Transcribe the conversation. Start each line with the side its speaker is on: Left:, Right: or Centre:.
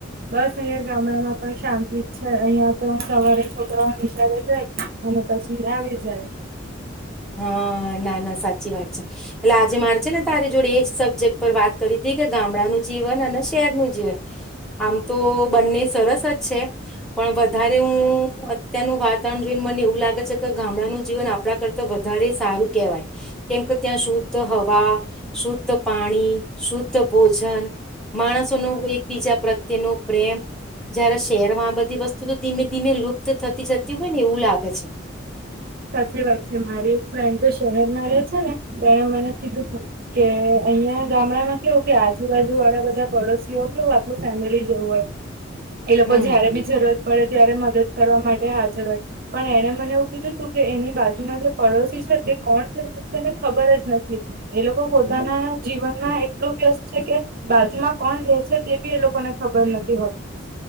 Right: બસ અહીયા ગામડામાં પણ શાંતિ જ છે. અહિયાં તો સવારે છોકરાઓ નિશાળે જાય અને પછી આવી જાય.
Centre: હા ના ના સાચી વાત છે. એટલે આજે મારે છે ને તારે જોડે એજ સબ્જેક્ટ પર વાત કરીવી તી, કે ગામડાનું જીવન અને શહેરનું જીવન. આમ તો બંને સરસ જ છે. પણ વધારે હું અત્યારનું વાતાવરણ જોઈને મને એવું લાગે છે, કે ગામડાનું જીવન આપણા કરત તા વધારે સારું કેહેવાય. કેમકે ત્યાં શુદ્ધ હવા, શુદ્ધ પાણી, શુદ્ધ ભોજન, માણસો ન એકબીજા પ્રત્યે નો પ્રેમ. જ્યારે શહેરમાં આ બધી વસ્તુ તો ધીમે ધીમે લુપ્ત થતી જતી હોય ને એવું લાગે છે.
Right: સાચી વાત છે. મારી એક ફ્રેન્ડ તો શહેરમાં રહે છે ને, એણે મને કીધું તું કે અહીંયા ગામડામાં કેવું કે આજુબાજુ વાળા બધા પડોશીઓ કેવું આપણું ફેમિલી જેવું હોય એ લોકો
Centre: હમ
Right: જયારે બી જરૂરત પડે ત્યારે મદદ કરવા માટે હાજર હોય. પણ એણે મને એવું કીધું ધુ કે એની બાજુમાં જે પડોશી છે, તે કોણ છે તેને ખબર જ નથી. એ લોકો પોતાના જીવનમાં એટલું વ્યસ્ત છે. કે બાજુમાં કોણ રે છે તે બી એ લોકોને ખબર નથી હોત